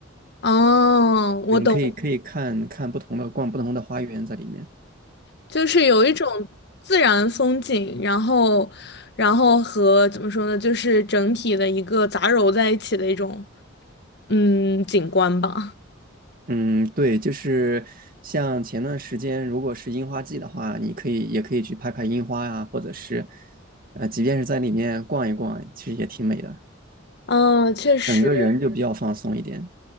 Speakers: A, on the left (about 55°); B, on the right (about 45°).
A: 哦，我懂，
B: 对你可以可以看看不同的，逛不同的花园在里面。
A: 就是有一种自然风景，然后，然后和怎么说呢，就是整体的一个杂糅在一起的一种。嗯，景观吧。
B: 嗯，对，就是像前段时间，如果是樱花季的话，你可以也可以去拍拍樱花呀、或者是，呃，即便是在里面逛一逛，其实也挺美的。
A: 嗯，确实，
B: 整个人就比较放松一点。